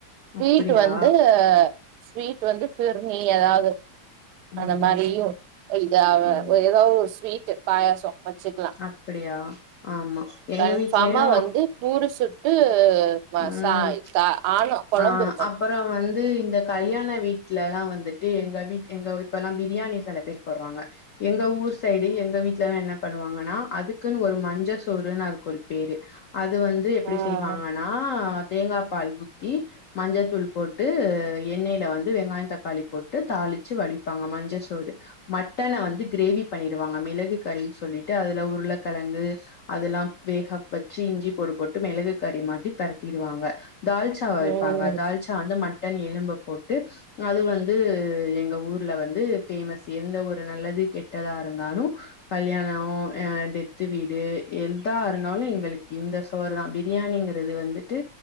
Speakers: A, on the right; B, on the left.
A: ஸ்வீட்
B: அப்டியா
A: வந்து ஸ்வீட் வந்து ஃபிர்ணி ஏதாது
B: ம்
A: அந்த மாரியு இத
B: ம்
A: ஏதாவது ஒரு ஸ்வீட் பாயாசோ வச்சுக்கலா
B: அப்படியா ஆமா எங்க
A: கன்ஃபாமா
B: வீட்லயு
A: வந்து பூரி சுட்டு <unintelligible>
B: ம் ஆ அப்
A: இருக்கணு
B: அப்பறோ வந்து இந்த கல்யாண வீட்ல எல்லா வந்துட்டு எங்க வீட் எங்க இப்ப எல்லா பிரியாணி செல பேர் போட்றாங்க எங்க ஊர் சைடு எங்க வீட்லல்லா என்ன பண்ணுவாங்கன்னா அதுக்குன்னு ஒரு மஞ்ச சோறுன்னு அதுக்கு ஒரு பேரு அது வந்து எப்டி
A: ஆ
B: செய்வாங்கன்னா தேங்காப்பால் ஊத்தி மஞ்சத்தூள் போட்டு எண்ணெயில வந்து வெங்காயோ தக்காளி போட்டு தாளிச்சி வடிப்பாங்க மஞ்ச சோறு மட்டன வந்து கிரேவி பண்ணிருவாங்க மிளகு கறின்னு சொல்லிட்டு அதுல உருளகிழங்கு அதெல்லா வேக வச்சு இஞ்சி பூண்டு போட்டு மெளகு கறி மாறி பிரட்டிருவாங்க தால்ச் <unintelligible> வெப்பாங்க
A: ம்
B: தால்சா வந்து மட்டன் எலும்ப போட்டு அது வந்து எங்க ஊர் ல வந்து ஃபேமஸ் எந்த ஒரு நல்லது கெட்டதா இருந்தாலு கல்யாணோ ஆ டெத்து வீடு எதா இருந்தாலு எங்களுக்கு இந்த சோறு தா பிரியாணிங்கறது வந்துட்டு